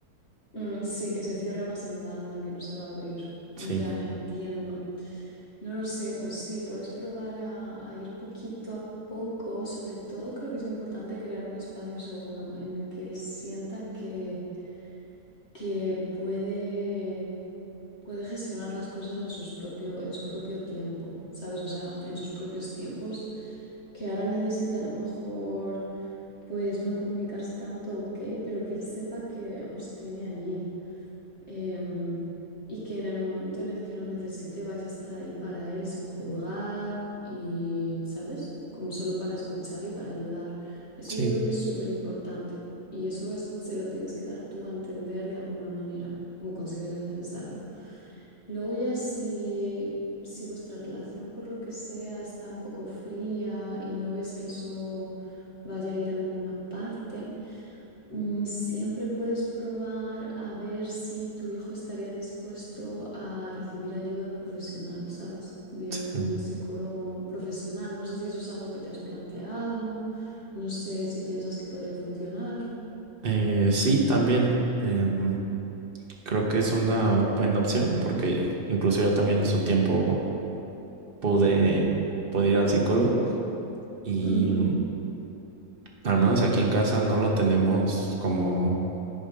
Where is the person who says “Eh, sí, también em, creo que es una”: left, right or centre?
Right